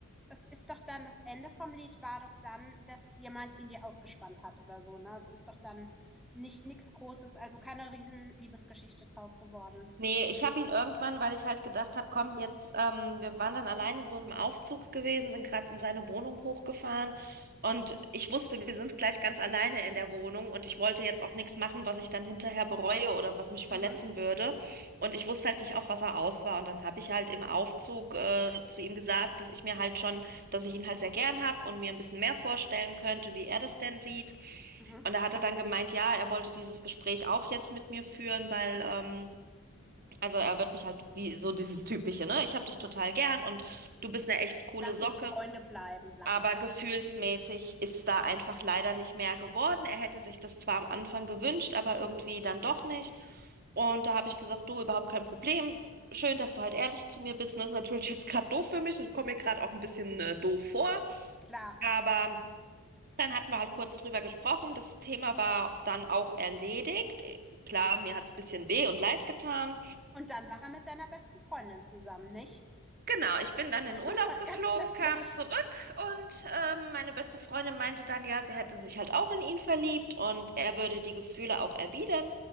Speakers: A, in the centre; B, on the right.
A: es ist doch dann, das Ende vom Lied war doch dann, dass jemand ihn dir ausgespannt hat oder so, ne? Es ist doch dann nicht nichts Großes, also keine riesen Liebesgeschichte draus geworden.
B: Nee, ich habe ihn irgendwann, weil ich halt gedacht habe, komm, jetzt, ähm, wir waren dann allein in so einem Aufzug gewesen, sind gerade in seine Wohnung hochgefahren und ich wusste, wir sind gleich ganz alleine in der Wohnung und ich wollte jetzt auch nichts machen, was ich dann hinterher bereue oder was mich verletzen
A: Mhm,
B: würde. Und ich wusste halt nicht, auf was er aus war. Und dann habe ich halt im Aufzug, äh, zu ihm gesagt, dass ich mir halt schon, dass ich ihn halt sehr gern habe und mir ein bisschen mehr vorstellen könnte, wie er das denn sieht.
A: mhm.
B: Und da hat er dann gemeint, ja, er wollte dieses Gespräch auch jetzt mit mir führen, weil, ähm, also er wird mich halt wie so dieses typische, ne? Ich hab dich total gern und du bist eine echt coole
A: Lass
B: Socke,
A: uns Freunde bleiben, bla
B: aber
A: bla bla.
B: gefühlsmäßig ist da einfach leider nicht mehr geworden. Er hätte sich das zwar am Anfang gewünscht, aber irgendwie dann doch nicht. Und da habe ich gesagt, du, überhaupt kein Problem. Schön, dass du halt ehrlich zu mir bist. Das ist natürlich jetzt gerade doof für mich und ich komme mir gerade auch ein bisschen äh, doof vor.
A: Klar.
B: Aber dann hatten wir halt kurz drüber gesprochen. Das Thema war dann auch erledigt. Klar, mir hat es ein bisschen weh und leid getan.
A: Und dann war er mit deiner besten Freundin zusammen, nicht?
B: Genau, ich bin dann in
A: <laughs>
B: Urlaub geflogen,
A: Ganz plötzlich.
B: kam zurück und ähm, meine beste Freundin meinte dann, ja, sie hätte sich halt auch in ihn verliebt und er würde die Gefühle auch erwidern,